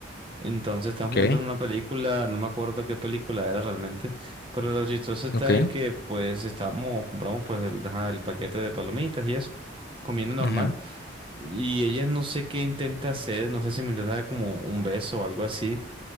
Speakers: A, on the right (about 25°); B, on the left (about 50°).
A: Entonces estamos
B: ok,
A: viendo una película, no me acuerdo qué película era realmente, pero lo chistoso está
B: ok,
A: en que pues estábamos, compramos pues el, ajá, el paquete de palomitas y eso, comiendo normal,
B: ujú,
A: y ella no sé qué intenta hacer, no sé si me intenta dar como un beso o algo así,